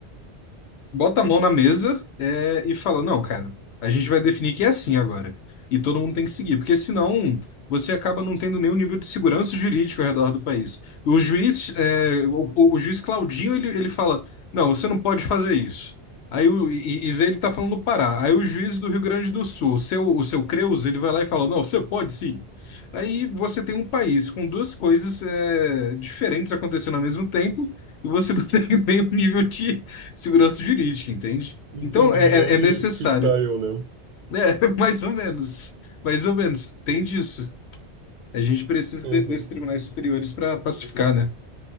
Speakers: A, on the left; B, on the right.
A: bota a mão na mesa, é, e fala: Não, cara, a gente vai definir que é assim agora. E todo mundo tem que seguir, porque senão você acaba não tendo nenhum nível de segurança jurídica ao redor do país. O juiz, é, o, o- o juiz Claudinho, ele, ele fala: Não, você não pode fazer isso. Aí o e, e Zé, ele tá falando do Pará. Aí o juiz do Rio Grande do Sul, o seu, o seu Creus, ele vai lá e fala: Não, você pode sim. Aí você tem um país com duas coisas é, diferentes acontecendo ao mesmo tempo, e você não <laughs> tem nenhum nível de segurança jurídica, entende?
B: Entendi.
A: Então é,
B: É um
A: é- é
B: direito
A: necessário,
B: freestyle, né?
A: né? <laughs> Mais ou menos, mais ou menos, tem disso. A gente precisa
B: Aham.
A: de- desses tribunais superiores para pacificar, né?